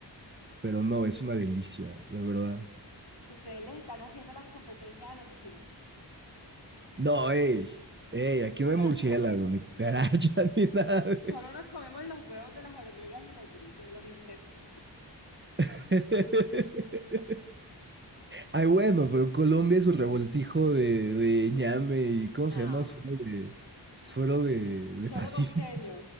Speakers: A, on the right; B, on the left.
A: pero no, es una delicia, de verdad.
B: ustedes les están haciendo las competencias a los chinos.
A: No, ey, ey, aquí no hay
B: <laughs>
A: murciélago, ni cucaracha, <laughs> ni nada. de-
B: Solo nos comemos los huevos de las hormigas y los grillos, de los insectos.
A: <laughs> Ay, bueno, pero Colombia es un revoltijo de, de ñame y ¿cómo
B: Ah,
A: se llama? Suelo de, suelo de, de
B: Suero
A: Pacífico.
B: costeño,
A: <laughs>